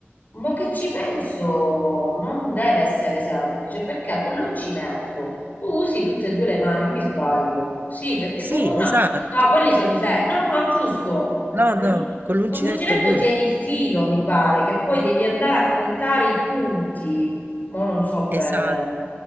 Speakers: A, on the left; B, on the right.
A: mo che ci penso, non deve essere semplice perché con l'uncinetto tu usi tutte e due le mani, o mi sbaglio? Sì, perché
B: Sì,
A: con una...
B: esatto.
A: No, quelli sono i ferri. No, no, giusto.
B: No,
A: Con
B: no,
A: l'un-
B: con l'uncinetto
A: con l'uncinetto
B: pure.
A: tieni il filo, mi pare, che poi devi andare a contare i punti. Mo non so
B: Esatto.
A: bene.